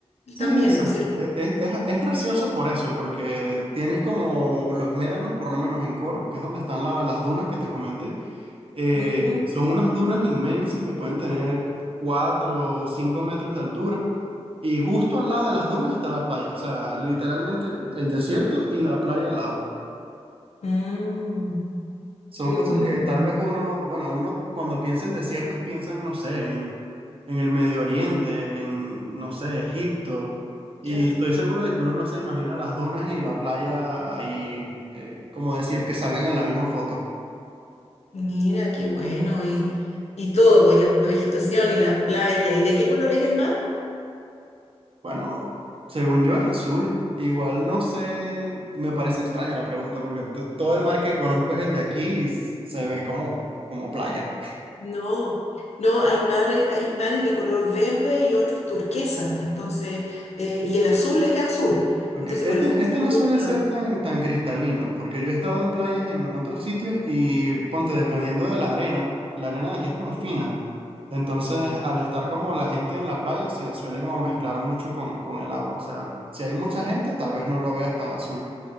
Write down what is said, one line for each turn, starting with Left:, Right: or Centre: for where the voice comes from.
Right: Sí,
Left: también,
Right: exacto.
Left: ¿no es cierto?
Right: E- Es, es- es gracioso por eso, porque tienes como los médanos, por lo menos en Coro, que es donde están la- las dunas que te comenté. eh,
Left: Ujú.
Right: son unas dunas inmensas que pueden tener 4 o 5 metros de altura. Y justo al lado de las dunas está la playa. O sea, literalmente el el desierto y la playa al lado.
Left: Mm,
Right: Son
Left: qué
Right: cosas
Left: bueno.
Right: que tal vez uno, bueno, uno cuando piensa en desiertos piensa en, no sé, en, en el Medio Oriente, en, no sé, Egipto. Y
Left: Claro.
Right: estoy seguro de que uno no se imagina las dunas y la playa ahí, eh, como decir, que salgan en la misma foto.
Left: Mira, qué bueno. Y, y todo, pues la vegetación y la playa. ¿Y de qué color es el mar?
Right: Bueno, según yo es azul. Igual no sé, me parece extraña la pregunta porque t- todo el mar que conozco es el de aquí y s- se ve como, como playa.
Left: No, no, hay mares, hay mares de color verde y otros turquesa. Entonces, eh, y el azul es azul.
Right: Ok,
Left: Entonces,
Right: este,
Left: por eso
Right: este
Left: te
Right: no
Left: preguntaba.
Right: suele ser tan, tan cristalino, porque yo he estado en playas en otros sitios y ponte, dependiendo de la arena, la arena de aquí es como fina. Entonces,
Left: Mm,
Right: al estar como la gente en la playa, se suele como mezclar mucho con, con el agua. O sea, si hay mucha gente, tal vez no lo veas tan azul.